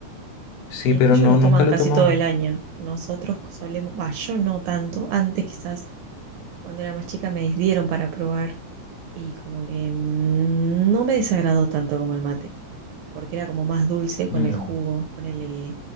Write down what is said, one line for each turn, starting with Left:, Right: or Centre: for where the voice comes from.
Left: Sí,
Right: Sí,
Left: pero
Right: es que ellos
Left: no,
Right: lo
Left: nunca
Right: toman
Left: lo
Right: casi
Left: he tomado.
Right: todo el año. Nosotros solemos, bah, yo no tanto. Antes quizás, cuando era más chica, me dieron para probar y como que mm, no me desagradó tanto como el mate, porque era como más dulce con
Left: Mm.
Right: el jugo. Ponele,